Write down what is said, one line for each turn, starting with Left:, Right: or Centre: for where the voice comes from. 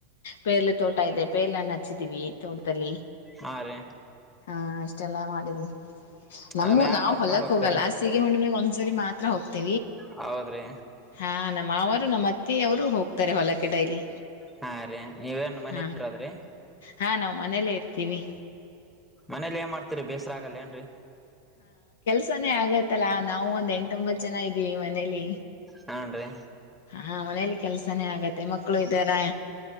Left: ಬೇಲೆ ತೋಟ ಇದೆ ಪೇರಳಣ್ಣ ಹಚ್ಚಿದೀವಿ ತೋಟದಲ್ಲಿ
Centre: ಹಾ ರೀ
Left: ಹ ಅಷ್ಟೆಲ್ಲ ಮಾಡಿದ್ವಿ ನಮ್ಮ
Centre: ಎಲ್ಲ ಯಾರ್
Left: ನಾವು
Centre: ನೋಡ್ಕೊಂಡ್
Left: ಹೊಲಕ್
Centre: ಹೋಗ್ತಾರಿ
Left: ಹೋಗಲ್ಲ ಸಗ ಹುಣ್ಣಮಗ್ ಒಂದ್ಸರಿ ಮಾತ್. ರ
Centre: ಹೌದ್ರಿ
Left: ಹ ನ ಮಾವರ ನಮ್ಮತ್ತೆ ಅವರು ಹೋಗ್ತಾರೆ ಹೊಲಕ್ಕೆ ಡೈಲಿ.
Centre: ಹಾ ರೀ ನೀವೇನ್ ಮನೆ
Left: ಹಾ
Centre: ಇದೀರದ್ರಿ
Left: ಹಾ ನಾವು ಮನೇಲ್ಲೇ ಇರ್ತೀವಿ
Centre: ಮನೇಲಿ ಏನ್ ಮಾಡ್ತರಿ ಬೇಸರ ಆಗಲ್ಲ ಏನ್ರಿ
Left: ಸನ ಆಗತ್ತಲ್ಲಾ ನಾವು ಒಂದ್ ಎಂಟೊಂಬತ್ ಜನ ಇದ್ದೀವಿ ಮನೇಲಿ
Centre: ಹ್ನ್ ರೀ
Left: ಹಾ ಮನೇಲಿ ಕೆಲಸಾನೇ ಆಗತ್ತೆ ಮಕ್ಕಳು ಇದ್ದಾರ.